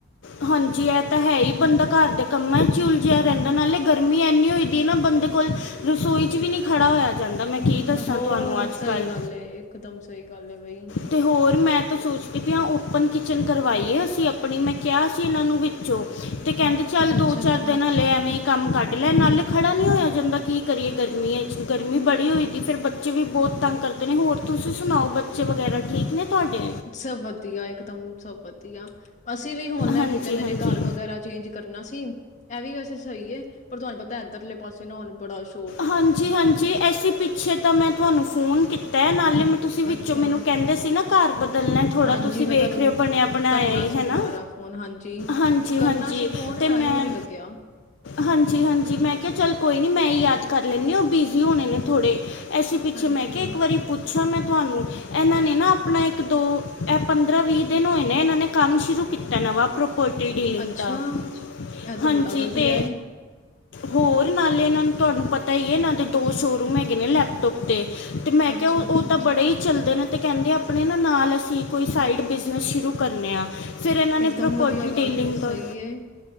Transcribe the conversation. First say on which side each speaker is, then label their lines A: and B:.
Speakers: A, on the left; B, on the left.
A: ਹਾਂਜੀ ਇਹ ਤਾਂ ਹੈ ਹੀ ਬੰਦਾ ਘਰ ਦੇ ਕੰਮਾਂ ਚ ਉਲਝਿਆ ਰਹਿੰਦਾ ਨਾਲੇ ਗਰਮੀ ਇੰਨੀ ਹੋਈ ਦੀ ਏ ਨਾ ਬੰਦੇ ਕੋਲ ਰਸੋਈ ਚ ਵੀ ਨਹੀਂ ਖੜਾ ਹੋਇਆ ਜਾਂਦਾ। ਮੈਂ ਕੀ ਦੱਸਾਂ
B: ਹੋਰ
A: ਤੁਹਾਨੂੰ ਅੱਜ
B: ਸਹੀ
A: ਕੱਲ
B: ਗੱਲ ਇਕ ਦਮ ਸਹੀ ਗੱਲ ਏ ਬਈ।
A: ਤੇ ਹੋਰ ਮੈਂ ਤਾਂ ਸੋਚਦੀ ਆ ਓਪਨ ਕਿਚਨ ਕਰਵਾਈਏ ਅਸੀ ਆਪਣੀ ਮੈਂ ਕਿਹਾ ਸੀ ਇਹਨਾਂ ਨੂੰ ਵਿੱਚੋਂ ਤੇ ਕਹਿੰਦੇ ਚੱਲ
B: ਅੱਛਾ
A: ਦੋ
B: ਅੱਛਾ
A: ਚਾਰ ਦਿਨ ਹਲੇ ਐਵੇਂ ਹੀ ਕੰਮ ਕਢ ਲੈ ਨਾਲ ਖੜਾ ਨਹੀਂ ਹੋਇਆ ਜਾਂਦਾ ਕੀ ਕਰੀਏ ਗਰਮੀ ਗਰਮੀਆਂ ਚ ਗਰਮੀ ਬੜੀ ਹੋਈ ਦੀ ਫਿਰ ਬੱਚੇ ਵੀ ਬਹੁਤ ਤੰਗ ਕਰਦੇ ਨੇ ਹੋਰ ਤੁਸੀਂ ਸੁਣਾਓ ਬੱਚੇ ਵਗੈਰਾ ਠੀਕ ਨੇ ਤੁਹਾਡੇ
B: ਸਭ ਵਧੀਆ ਇੱਕ ਦਮ। ਸਭ ਵਧੀਆ। ਅਸੀਂ ਵੀ ਹੁਣ
A: ਹਾਂਜੀ
B: ਕੀ ਕਹਿੰਦੇ
A: ਹਾਂਜੀ
B: ਨੇ ਘਰ ਵਗੈਰਾ ਚੇਂਜ ਕਰਨਾ ਸੀ ਇਹ ਵੀ ਵੈਸੇ ਸਹੀ ਹੈ। ਪਰ ਤੁਹਾਨੂੰ ਪਤਾ ਇੱਧਰਲੇ ਪਾਸੇ ਨ ਹੋਣ ਬੜਾ ਸ਼
A: ਹਾਂਜੀ ਹਾਂਜੀ ਐਸੀ ਪਿੱਛੇ ਤਾਂ ਮੈਂ ਤੁਹਾਨੂੰ ਫ਼ੋਨ ਕੀਤਾ ਨਾਲੇ ਮੈਂ ਤੁਸੀਂ ਵੀ
B: ਅੱਛਾ
A: ਚ ਮੈਨੂੰ ਕਹਿੰਦੇ ਸੀ ਨਾ ਘਰ ਬਦਲਣਾ ਏ ਥੋੜਾ
B: ਹਾਂਜੀ
A: ਤੁਸੀਂ
B: ਮੈਂ
A: ਵੇਖ
B: ਤੁਹਾਨੂੰ
A: ਰਹੇ ਹੋ ਬਣਿਆ ਬਣਾਇਆ
B: ਕਰਨਾ
A: ਹੀ
B: ਸੀ
A: ਹੈਨਾ
B: ਦੁਬਾਰਾ ਫੋਨ ਹਾਂਜੀ
A: ਹਾਂਜੀ
B: ਕਰਨਾ
A: ਹਾਂਜੀ
B: ਸੀ ਫੋਨ
A: ਤੇ
B: ਟਾਈਮ
A: ਮੈਂ
B: ਹੀ ਨਹੀਂ ਲੱਗਿਆ
A: ਹਾਂਜੀ ਹਾਂਜੀ ਮੈਂ ਕਿਹਾ ਚੱਲ ਕੋਈ ਨਹੀਂ ਮੈਂ ਯਾਦ ਕਰ ਲੈਨੀ ਔ ਬਿਜ਼ੀ ਹੋਣੇ ਨੇ ਥੋੜੇ। ਐਸੀ ਪਿੱਛੇ
B: ਹਾਂਜੀ
A: ਮੈਂ ਕਿਹਾ ਇੱਕ ਵਾਰੀ ਪੁੱਛਾਂ ਮੈਂ ਤੁਹਾਨੂੰ। ਇਹਨਾਂ ਨੇ ਨਾ ਆਪਣਾ ਇੱਕ ਦੋ ਇਹ ਪੰਦਰਾਂ ਵੀਹ ਦਿਨ ਹੋਏ ਨੇ ਇਹਨਾਂ ਨੇ ਕੰਮ ਸ਼ੁਰੂ ਕੀਤਾ ਨਵਾਂ। ਪ੍ਰੋਪਰਟੀ ਡੀਲਿੰਗ
B: ਅੱਛਾ
A: ਦਾ
B: ਇਹ ਤੇ
A: ਹਾਂਜੀ
B: ਬੜਾ ਵਧੀਆ
A: ਤੇ
B: ਏ
A: ਹੋਰ ਨਾਲੇ ਇਹਨਾਂ ਨੂੰ ਤੁਹਾਨੂੰ ਪਤ ਤਾਂ ਹੀ ਹੈ ਇਹਨਾਂ ਦੇ ਦੋ ਸ਼ੋਅਰੂਮ ਹੈਗੇ ਨੇ ਲੈਪਟੋਪ ਦੇ। ਤੇ ਮੈਂ
B: ਅੱਛਾ
A: ਕਿਹਾ ਉਹ
B: ਅੱਛਾ
A: ਤਾਂ ਬੜੇ ਹੀ ਚੱਲਦੇ ਨੇ ਤੇ ਕਹਿੰਦੇ ਆਪਣੇ ਨਾ ਨਾਲ ਅਸੀਂ ਕੀ ਕੋਈ ਸਾਈਡ ਬਿਜ਼ਨਸ ਸ਼ੁਰੂ ਕਰਨ ਆਾਂ ਫਿਰ ਇਹਨਾਂ ਨੇ
B: ਇਕਦਮ
A: ਪ੍ਰੋਪਰਟੀ
B: ਵਧੀਆ ਗੱਲ
A: ਡੀਲਿੰਗ
B: ਏ
A: ਦਾ
B: ਸਹੀ ਏ